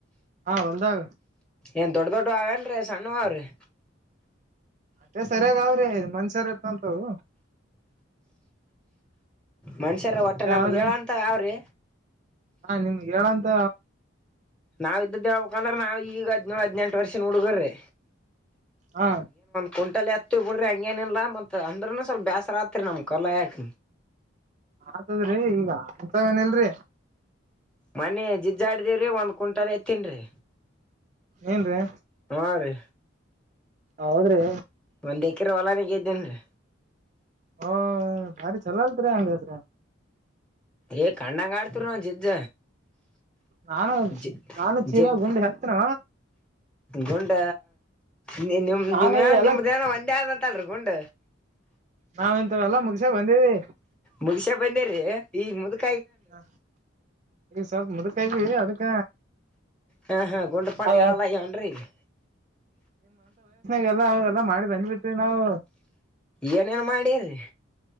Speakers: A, on the right; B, in the centre.
A: ಹೊಲ್ದಾಗ
B: ಏನ್ ದೊಡ್ಡ ದೊಡ್ಡ ಅವೇಲ್ರೀ ಸಣ್ಣುವವ್ರೀ
A: ಅಟ್ಟೇ ಸರಿಯಾಗ ಅವ್ರಿ ಮನ್ಷ್ಯರೆತ್ತಂತವು
B: ಮನ್ಷ್ಯರ ಒಟ್ಟ ನಮಗ್
A: ಅವ್ರಿ
B: ಏಳಂತಾವ್ ಆವ್ರಿ
A: ಹಾ ನಿಮ್ಗ್ ಹೇಳಂತ
B: ನಾವ್ ಇದ್ದದ್ದ ಹೇಳ್ಬೇಕ ಅಂದ್ರ ನಾವ್ ಈಗ ಹದ್ನೋಳ್ ಹದ್ನೆಂಟ ವರ್ಷದ್ ಹುಡುಗುರ್ರಿ.
A: ಹಾ.
B: ಕುಂಟಾಲ ಎತ್ತೀವ್ ಬುಡ್ರಿ ಹಂಗೇನಿಲ್ಲ ಮತ್ ಅಂದ್ರನು ಸ್ವಲ್ಪ ಬ್ಯಾಸರಾತ್ರಿ ನಮ್ಕಲ್ ಆಯಾಕ
A: ಆತದ್ರಿ ಈಗ ಅಂತವೇನಿಲ್ರಿ.
B: ಮನ ಜಿಜ್ಜಾಡ್ದೇವ್ರಿ ಒಂದ್ ಕುಂಟಾಲ್ ಎತ್ತೀನ್ರಿ
A: ಏನ್ರೀ.
B: ಹೂಂ ರೀ
A: ಹೌದ್ರಿ
B: ಒಂದ್ ಎಕರ್ ಹೊಲಾನ ಗೆದ್ದೇನ್ರೀ
A: ಹೋ ಬಾರಿ ಚುಲೋಲ್ತ್ರಿ ಹಂಗಾದ್ರ
B: ಏ ಕಣ್ಣಂಗ ಆಡ್ತಿವ್ರಿ ನಾವ್ ಜಿಜ್ಜ
A: ನಾನು
B: ಜಿ
A: ನಾನು ಚೀಲ
B: ಜಿದ್
A: ಗುಂಡಿ ಹತ್ತನ
B: ಗುಂಡ ನಿ ನಿಮ್
A: ನಾನು
B: ನಿಮ್ಮನ್ಯಾಗ
A: ಈ ಎಲ್ಲ
B: ನಿಮ್ದೇನ ಒಂದೆ ಆದಂತಲ್ರಿ ಗುಂಡ್
A: ನಾವಿಂತಾವೆಲ್ಲ ಮುಗಸೆ ಬಂದೇವಿ.
B: ಮುಗಸೇ ಬಂದೀರೀ ಈಗ ಮುದಕ್
A: ಹಾ ಈಗ ಸ್ವಲ್ಪ ಮುದ್ಕ ಆಗೀವಿ ಅದಕ್ಕ
B: ಹಾ ಹಾ ಗುಂಡ ಪಂಡ
A: ಅದ
B: ಏಳಲ್ಲಾಗ್ಯಾವೇನ್ರಿ ಈಗ
A: ಗೆಲ್ಲ ಅವೆಲ್ಲಾ ಮಾಡಿ ಬಂದ್ಬಿಟ್ವಿ ನಾವು
B: ಏನೇನ್ ಮಾಡಿರಿ